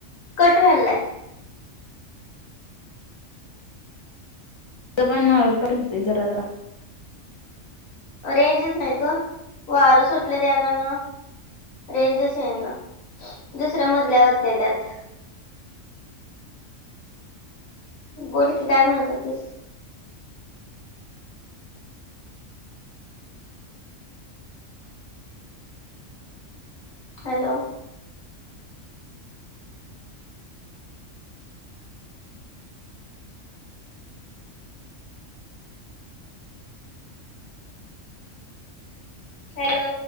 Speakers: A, on the left; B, on the left.
A: कट व्हायलाय.
B: जबाान करत जर्र <unintelligible>
A: रेंजच नाही ग, वारं सुटल त्या कारन. रेंजच नाही ग, दुसऱ्या मजल्यावरती आहे त्यात. बोल की, काय म्हणत होतीस? हॅलो! हॅलो!